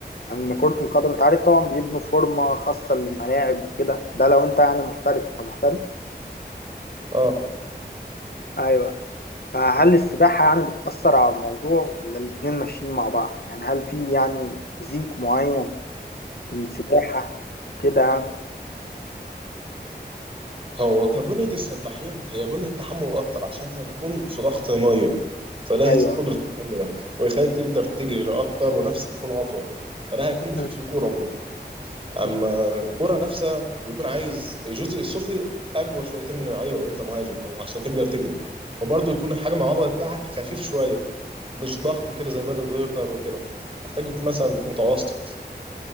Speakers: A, on the left; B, on the right.
A: ان كرة القدم انت عارف طبعا بيبنوا فورمة خاصة للملاعب وكده ده لو انت يعني محترف انت محترف؟
B: اه
A: ايوه فهل السباحة يعني بتأثر على الموضوع ولا الاتنين ماشيين مع بعض؟ يعني هل في يعني فيزيك معين للسباحة كده يعني؟
B: هو كبنية السباحين هي بنية تحمل أكتر عشان أنت هتكون في ضغط مية فده هيزيد
A: ايوه
B: قدرة تهاجمك ويخليك تقدر تجري أكتر ونفسك يكون أطول فده هيكون مفيد
A: م-
B: في الكورة برضه أما
A: م.
B: الكورة نفسها بيكون عايز الجزء السفلي أقوى شويتين من أيوه أنت مهاجم أو عشان تقدر تجري وبرضه يكون الحجم العضلي بتاعك خفيف شوية مش ضخم كده زي بادي بيردر وكده محتاج يكون مثلا متوسط